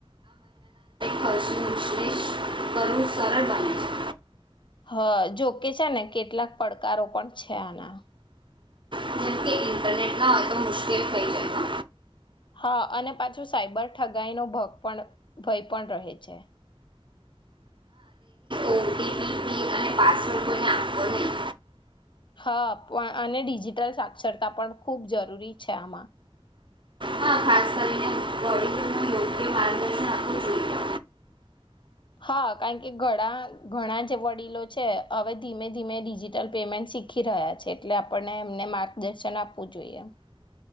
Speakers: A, on the right (about 90°); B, on the left (about 80°).
A: હશું વિશલેષ કરવું સરળ બને છે
B: હા જોકે છેા ને કેટલાક પડકારો પણ છે આના
A: છે જેમ કે ઇન્ટરનેટ ના હોય તો મુશ્કેલ થઈ જાય
B: હા અને પાછું સાઈબર ઠગાઈ નો ભ પણ ભય પણ રહે છે
A: ઓ ટી પી અને પાસવર્ડ કોઈને આપો નહી
B: હા પણ અને ડિજિટલ સાક્ષરતા પણ ખૂબ જરૂરી છે આમાં
A: હા ખાસ કરીને બડી ન યોગ્ય માર્ગદર્શન આપવું જોઈએ
B: હા કારણ કે ઘણા ઘણા જે વડીલો છે હવે ધીમે ધીમે ડિજિટલ પેમેન્ટ શીખી રહ્યા છે એટલે આપણને એમને માર્ગદર્શન આપવું જોઈએ